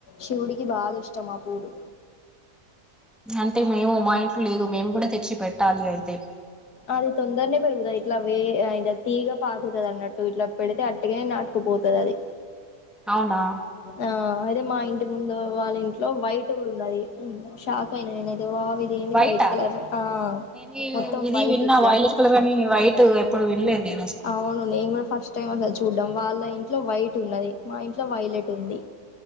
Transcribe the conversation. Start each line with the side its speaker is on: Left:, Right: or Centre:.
Left: శివుడికి బాగా ఇష్టం ఆ పూలు
Centre: అంటే మేము మా ఇంట్లో లేదు మేము కూడా తెచ్చి పెట్టాలి అయితే
Left: అది తొందరనే పెరుగుతాయి ఇట్లా వే అ ఇద తీగ పాకుతుది అన్నట్టు ఇట్లా పెడితే అట్టిగనే నాటుకుపోతది అది
Centre: అవునా
Left: ఆ అదే మా ఇం టి ముందు వాళ్ళ ఇంట్లో వైట్ కూడా ఉన్నది షాక్ అయిన నేనైతే వావ్ ఇది ఏంది
Centre: వైటా
Left: వైట్ కలర్ లో ఆ
Centre: నేను ఇ-
Left: మొత్తం
Centre: ఇది
Left: వైట్
Centre: విన్నా
Left: ఇట్లా
Centre: వైలెట్ కలర్ కానీ వైట్ ఎప్పుడు వినలేదు నేను అసలు
Left: అవును నేను కూడా ఫస్ట్ టైమే అసల్ చూడ్డం వాళ్ళ ఇంట్లో వైట్ ఉన్నది మా ఇంట్లో వైలెట్ ఉంది